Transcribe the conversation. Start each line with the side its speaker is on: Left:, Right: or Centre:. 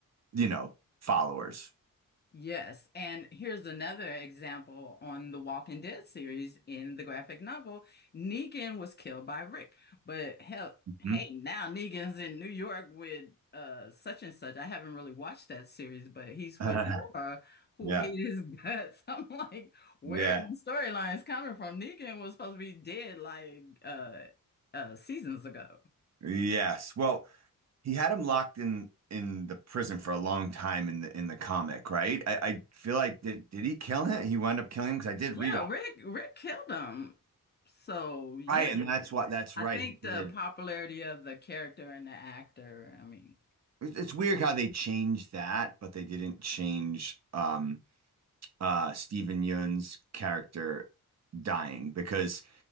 Right: you know, followers.
Left: Yes, and here's another example on the Walking Dead series in the graphic novel. Negan was killed by Rick, but hell,
Right: Mhm.
Left: hey, now Negan's in New York with uh such and such. I haven't really watched that series, but he's
Right: <laughs>
Left: with Laura, who
Right: Yeah.
Left: hated his guts. <laughs> I'm like, where
Right: Yeah.
Left: are the storylines coming from? Negan was supposed to be dead like uh uh seasons ago.
Right: Yes. Well, he had him locked in in the prison for a long time in the in the comic, right? I, I feel like did did he kill him? He wound up killing him because I did
Left: Yeah,
Right: read all.
Left: Rick Rick killed him. So yeah,
Right: Right, and that's what that's
Left: I
Right: right.
Left: think
Right: He
Left: the
Right: did.
Left: popularity of the character and the actor. I mean,
Right: It's weird how they changed that, but they didn't change um uh Steven Yeun's character dying because